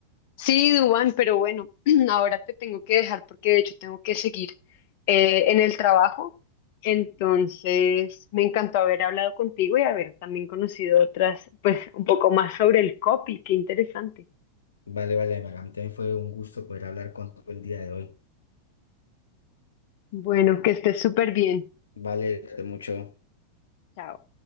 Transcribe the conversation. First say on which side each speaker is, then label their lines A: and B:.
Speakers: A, on the left (about 45°); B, on the left (about 70°).
A: Sí, Duan, pero bueno, <clears throat> ahora te tengo que dejar porque de hecho tengo que seguir eh, en el trabajo. Entonces, me encantó haber hablado contigo y haber también conocido otras, pues un poco más sobre el copy, qué interesante.
B: Vale, vale, Maga, a mí también fue un gusto poder hablar contigo el día de hoy.
A: Bueno, que estés súper bien.
B: Vale, mucho.
A: Chao.